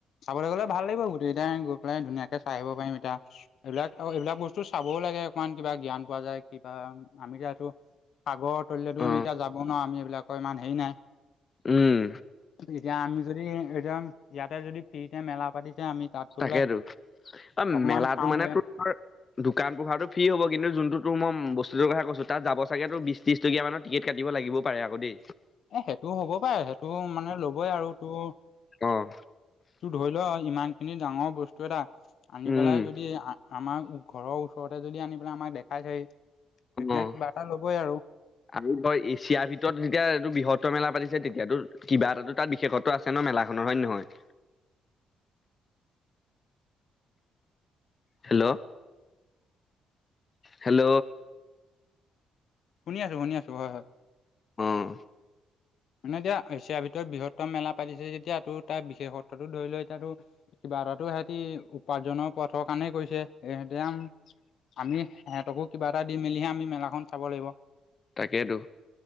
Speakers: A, on the left (about 65°); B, on the left (about 35°).
A: চাবলৈ গ'লে ভাল লাগিব গোটেইকিতাই গৈ পেলাই ধুনীয়াকে চাই আহিব পাৰিম এতিয়া। এইবিলাক আৰু এইবিলাক বস্তু চাবও লাগে অকমান কিবা জ্ঞান পোৱা যায় কিবা আমি যিহেতু সাগৰৰ তলিলৈতো
B: অ
A: আমি এতিয়া যাব নোৱাৰো, আমি এইবিলাকৰ ইমান হেৰি নাই।
B: উম।
A: এতিয়া আমি যদি একদম ইয়াতে যদি ফ্ৰীতে মেলা পাতিছে আমি, তাত গৈ
B: তাকেইতো,
A: পেলাই
B: অ
A: অকমান
B: মেলাটো
A: চাওঁগে
B: মানে তোৰ তোমাৰ দোকান পোহাৰটো ফ্ৰী হব, কিন্তু যোনটো তোৰ ম বস্তুটোৰ কথা কৈছো তাত যাব চাগে তোৰ বিশ ত্ৰিছ টকীয়া মানৰ টিকেট কাটিব লাগিবও পাৰে আকৌ দে।
A: এ সেইটোও হ'ব পাৰে সেইটো মানে ল'বই আৰু, তোৰ
B: অঁ।
A: তোৰ‌ ধৰি ল ইমান খিনি ডাঙৰ বস্তু এটা আনি
B: উম
A: পেলাই যদি আ আমাৰ ঘৰৰ ও চৰতে যদি আনি পেলাই আমাক দেখাইছেহি, তেতিয়া
B: অ
A: কিবা এটা ল'বই আৰু।
B: আৰু ধৰ এছিয়াৰ ভিতৰত যেতিয়া এইটো বৃহত্তৰ মেলা পাতিছে তেতিয়াতো কিবা এটা তো তাত বিশেষত্ব আছে ন মেলাখনৰ হয় নে নহয়। হেল্ল। হেল্ল।
A: শুনি আছো শুনি আছো হয় হয়।
B: অঁ।
A: মানে এতিয়া এছিয়াৰ ভিতৰত বৃহত্তম মেলা পাতিছে যেতিয়াা তোৰ তাত বিশেষত্বটো ধৰি লৈ এতিয়াাতো কিবা এটাটো সিহঁতি উপাৰ্জনৰ পথৰ কাৰণে কৰিছে এহঁতি আমি সেহঁতকো কিবা এটা দি মেলিহে আমি মেলাখন চাব লাগিব।
B: তাকেতো,